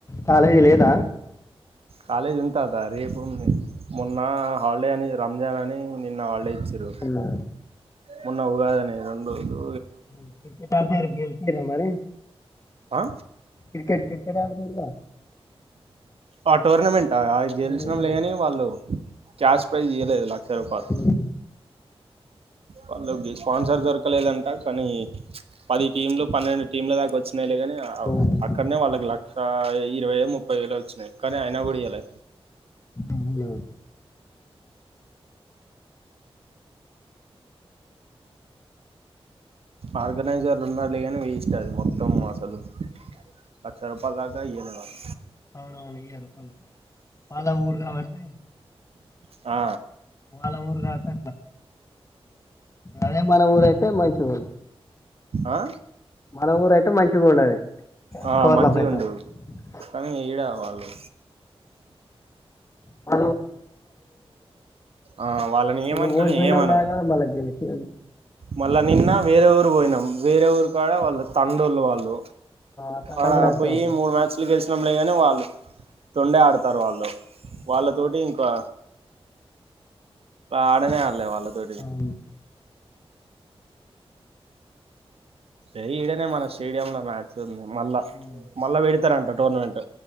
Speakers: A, on the left; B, on the right.
A: కాలేజీ లేదా
B: కాలేజ్ ఉంది తాత రేపుంది మొన్న హాలిడే అని రంజాన్ అని నిన్న హాళ్డే ఇచ్చిర్రు
A: ఆ,
B: మొన్న ఉగాదని రెండ్రోజులు
A: ఉమ్ క్రికెట్ ఆడితే గెలిచి రా మరి
B: ఆ
A: క్రికెట్ క్రికెట్ ఆడుతరుగ
B: ఆ టోర్నమెంట్ అ గెలిచినంలే
A: ఉమ్,
B: గాని వాళ్ళు క్యాష్ ప్రైజ్ ఇయలేదు లక్ క్షరూపాల్
A: ఉమ్,
B: వాళ్ళకి స్పాన్సర్ దొరకలేదంట కానీ పది టీంలు పన్నెండు టీంల దాకా వో మేలే గాని అవ్
A: ఉమ్.
B: అక్కన్నే వాళ్ళకి లక్ హా ఇరవై యో ముప్పై వేలో వచ్చినాయి కానీ అయినా కూడా ఇయ్యాలే
A: అవునా
B: ఆర్గనైజర్లు ఉన్నాలే కానీ వెస్ట్ అది మొత్తము అసలు లక్ష రూపాల్ధక ఇయ్యలే వాల్
A: అవునవునియ్యరు వాల ఊరు కాబట్టి
B: ఆ
A: వాళ్ళ ఊరు కాబట్టి అదే మన ఊరయితే మంచిగున్
B: ఆ
A: మన ఊరు అయితే మంచిగుండది <unintelligible>
B: ఆ మంచిగుండు కానీ ఈడే వాళ్లు
A: <unintelligible>
B: ఆ వాళ్ళని ఏమంటాం
A: ఇగ ఓడిపోయినోళ్లాగా
B: ఏమనం
A: మల్ల గెలిచే
B: మళ్ళా నిన్న వేరే ఊరు పోయినాం వేరే ఊరు కాడ వాళ్ళు తండొల్లు వాళ్ళు
A: అట్లా
B: ఆ
A: కూడా అంతే
B: పోయి
A: ఉంటది
B: మూడు మ్యాచ్లు గెలిచినాం లే గాని వాళ్ళు తొండే ఆడ తరు వాళ్ళు వాళ్ళతోటి ఇంకా ఆడనే ఆడలే వాళ్ళు <inaudible>
A: అవును
B: ఎ ఈడనే మన స్టేడియం లో మ్యాచ్ ఉంది మళ్ళా.
A: అవును
B: మళ్ళా పెడతారంట టోర్నమెంట్.